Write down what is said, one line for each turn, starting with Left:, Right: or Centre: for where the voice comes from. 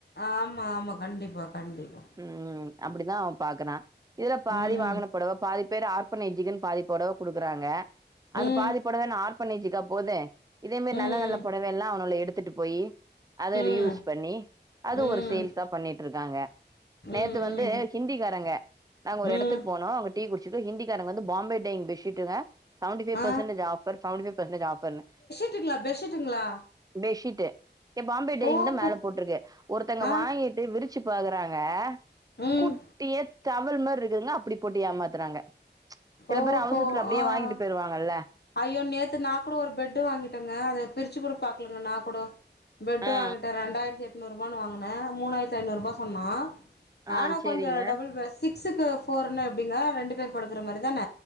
Left: ஆமா ஆமா கண்டிப்பா கண்டிப்பா
Right: ம் அப்பிடிதா அவ பாக்கறா இதுல பாதி
Left: ம்
Right: வாங்குன பொடவ பாதி பேரு ஆர்ஃபனேஜுக்குனு பாதிப்பொடவ குடுக்குறாங்க அந்த
Left: ம்
Right: பாதிப்பொடவ என்ன ஆர்ஃபனேஜுக்கா போது இதே மாரி
Left: ம்
Right: நல்ல நல்ல பொடவையெல்லா அவுனோல எடுத்துட்டு போயி அத
Left: ம்
Right: ரீ யூஸ்
Left: ம்
Right: பண்ணி அது
Left: ம்
Right: ஒரு சேல்ஸா பண்ணிட்ருக்காங்க
Left: ம்
Right: நேத்து வந்து
Left: ம்
Right: ஹிந்திக்காரங்க நாங்க ஒரு
Left: ம்
Right: எடத்துக்கு போனோ அங்க டீ குடிச்சுட்டு ஹிந்திகாரங்க வந்து பாம்பே டையிங் பெட்சிட்டுங்க செவன்டி ஃபைவ்
Left: ஆ
Right: percentage offer seventy five percentage ஆஃபர்னு
Left: ட்டுங்களா பெஷிட்டுங்ளா
Right: பெஷிட்டு ஏ பாம்பே டையிங்தா
Left: ஓஹோ
Right: மேல போட்ருக்கு ஒருத்தங்க
Left: ஆ
Right: வாங்கி அப்டே விரிச்சு பாக்கறாங்க
Left: ம்
Right: குட்டியா டவல் மாரி இருக்குங்க அப்பிடி போட்டு ஏமாத்துறாங்க சில
Left: ஓஹோ
Right: பேரு அவசரத்துல அப்டியே
Left: ஆ
Right: வாங்கிட்டு போயிருவாங்கல்ல
Left: ஐயோ நேத்து நாக்கூட ஒரு பெட்டு வாங்கிட்டங்க அத பிரிச்சுக்கூட பாக்கலங்க நா கூட பெட்டு
Right: ஆ
Left: வாங்கிட்ட ரெண்டாயிரத்தி எட்நூறுரூபான் வாங்குன மூணாயிரத்து ஐந்நூறு ரூபா சொன்னா
Right: ஆ
Left: ஆனா
Right: சேரிங்க
Left: கொஞ்ச டபுள் பெட் சிக்ஸுக்கு ஃபோர்னா எப்டிங்க ரெண்டு பேர் படுக்குற மாரிதான